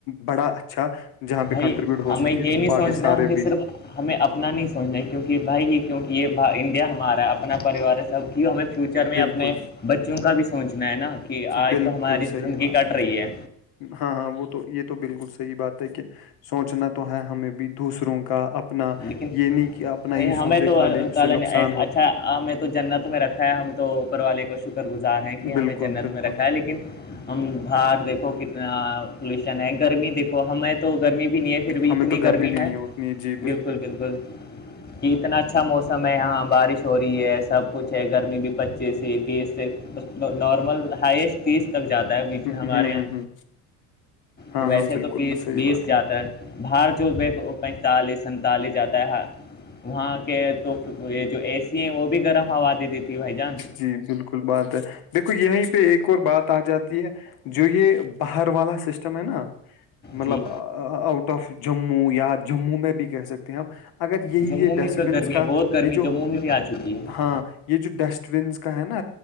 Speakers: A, on the left; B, on the left.
A: بڑا اچھاہاں
B: بھائی
A: پہ کنٹریبیوٹ ہو
B: ہمیں
A: سکے
B: یہ
A: تو
B: نہیں
A: باقی
B: سوچنا
A: سارے
B: ہمیں
A: بھی
B: صرف ہمیں اپنا نہیں سوچنا ہے کیونکہ بھائی یہ کیونکہ یہ انڈیا ہمارا ہے اپنا اپنا پریوار سب کی ہمیں فیوچر میں
A: بالکل
B: اپنے بچوں کا بھی سوچنا ہے نا کہ آج
A: بالکل
B: تو ہماری
A: صحیح
B: زندگی
A: بات
B: کٹ رہی ہے
A: ہاں ہاں وہ تو یہ تو بالکل صحیح بات ہے کہ سوچنا تو ہے ہمیں بھی دوسروں کا اپنا
B: لیکن
A: یہ نہیں کہ اپنا
B: بھائی
A: یہ
B: ہمیں
A: سوچے
B: تو
A: خالی
B: اللہ
A: اس
B: تعالی
A: سے نقصان
B: نے ایز-
A: ہو
B: اچھا ہمیں تو جنت میں رکھا ہے ہم تو اوپر والے کو شکر گزار ہیں کہ ہمیں
A: بالکل
B: جنت
A: بالکل
B: میں رکھا ہے لیکن ہم باہر دیکھو کتنا پولوشن ہے گرمی دیکھو ہمیں تو گرمی بھی نہیں ہے پھر بھی
A: ہمیں
B: اتنی
A: تو
B: گرمی
A: بھی
B: ہے
A: نہیں ہوتی ہے جی
B: بالکل بالکل کہ اتنا اچھا موسم ہے یہاں بارش ہو رہی ہے سب کچھ ہے گرمی بھی پچیس سے تیس سے نارمل ہائسٹ تیس تک جاتا ہے بیچ
A: ہ
B: میں ہمارے
A: ہ
B: یہاں
A: ہ ہاں
B: تو ویسے
A: ہاں بالکل
B: تو بیس
A: بس صحیح
B: بیس
A: بات
B: جاتا ہے بھار پینتالیس سنتالی جاتا ہے وہاں کے تو یہ جو ایے وہ بھی گرم ہوا دیتی تھی بھائی جان
A: جی بالکل بات ہے دیکھو یہیں پہ ایک اور بات آ جاتی ہے جو یہ پہاڑ والا سسٹم ہے نا مطلب
B: جی
A: آؤٹ آف جموں یا جموں میں بھی کہہ سکتے ہیں ہم اگر یہی
B: جموں
A: یہ
B: میں
A: ڈسٹبنس
B: تو گرمی
A: کا
B: ہے بہت گرمی
A: یہ جو
B: جموں میں بھی آ چکی ہے
A: ہاں یہ جو ڈسٹ بینس کا ہے نا